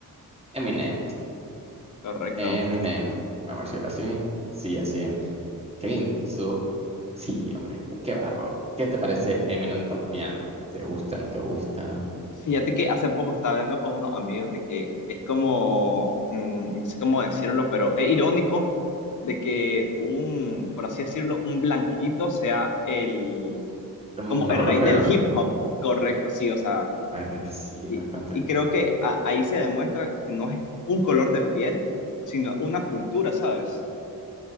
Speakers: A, on the right (about 15°); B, on the left (about 60°).
A: Eminem.
B: correcto.
A: Eminem. Vamos a ver si así. Sí, así Eminem. Qué intenso. Sí, hombre, qué bárbaro. ¿Qué te parece Eminem rapeando? ¿Te gusta, no te gusta?
B: Fíjate que hace poco estaba hablando con unos amigos de que es como, mm, no sé cómo decirlo, pero es irónico de que un, por así decirlo, un blanquito sea el,
A: Mm,
B: como
A: Mejor
B: el rey
A: rapero.
B: del hip hop, correcto, sí, o sea,
A: La verdad que sí,
B: y,
A: bastante.
B: y creo que a- ahí se demuestra que no es un color de piel, sino una cultura, ¿sabes?